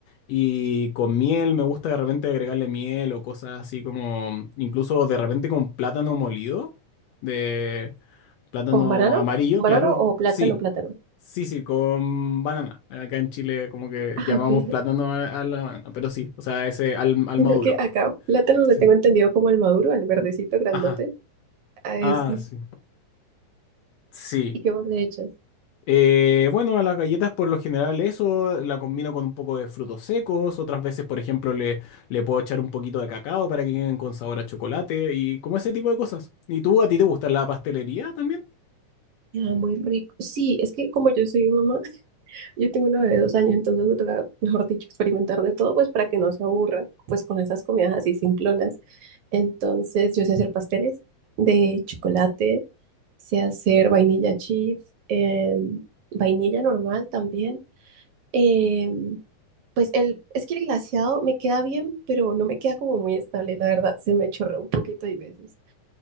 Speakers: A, on the left (about 80°); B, on the right (about 70°).
A: y con miel, me gusta de repente agregarle miel o cosas así como, incluso de repente con plátano molido, de plátano
B: ¿Con banano?
A: amarillo, claro,
B: ¿Banano o plátano,
A: sí,
B: plátano?
A: sí, sí, con banana, acá en Chile como que
B: Ah,
A: llamamos
B: ok.
A: plátano a, a la banana, pero sí, o sea, ese al, al
B: Sino
A: maduro.
B: que acá plátano le
A: Sí.
B: tengo entendido como el maduro, al verdecito grandote.
A: Ajá,
B: A
A: ah,
B: ese.
A: sí. Sí,
B: ¿Y qué más le echas?
A: Eh, bueno, a las galletas por lo general eso la combino con un poco de frutos secos, otras veces por ejemplo le, le puedo echar un poquito de cacao para que queden con sabor a chocolate y como ese tipo de cosas. ¿Y tú a ti te gusta la pastelería también?
B: Queda muy rico. Sí, es que como yo soy mamá, <laughs> yo tengo una bebé de dos años, entonces me toca, mejor dicho, experimentar de todo, pues para que no se aburra, pues con esas comidas así simplonas. Entonces, yo sé hacer pasteles de chocolate, sé hacer vainilla chips, em, vainilla normal también. em, pues el, es que el glaseado me queda bien, pero no me queda como muy estable, la verdad, se me chorrea un poquito hay veces,